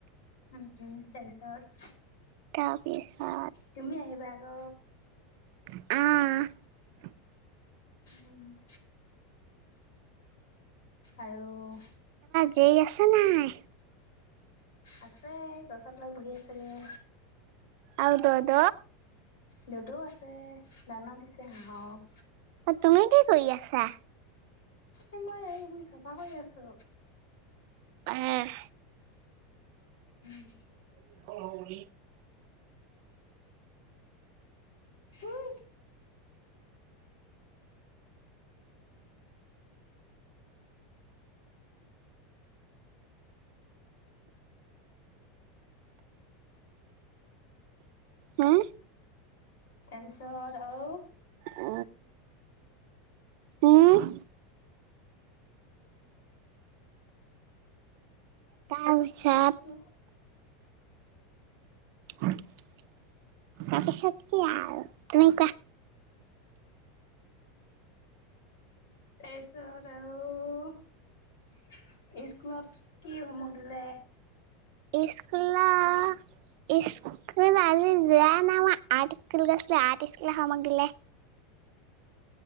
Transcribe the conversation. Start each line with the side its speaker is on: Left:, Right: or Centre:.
Left: উম' তাৰপিছত
Right: তাৰপিছত
Left: তুমি আহিবা আকৌ
Right: অ
Left: উম' আৰু
Right: যেই আছে নাই
Left: আছে গছৰ তলত বহি আছেগৈ
Right: আও দ দ
Left: দ দ ও আছে দানা দিছে হাঁহক
Right: তুমি কি কৰি আছা
Left: এই মই এইিনি চফা কৰি আছো
Right: আহ
Left: উম
Right: লি
Left: হুই
Right: হা
Left: তাৰপিছত আৰু
Right: আহ উম তাপিছত
Left: তাৰপিছত
Right: তাৰপিছত কি আৰু তুমি কোৱা
Left: তাৰপিছত আৰু স্কুলত কি হুম ওৱাক দিলে
Right: স্কুলত ই্কুল আজি যোৱা নাই ম আৰ্ট স্কুলৰ গৈছো আৰ্ট স্কুলৰ হুমওৱাক দিলে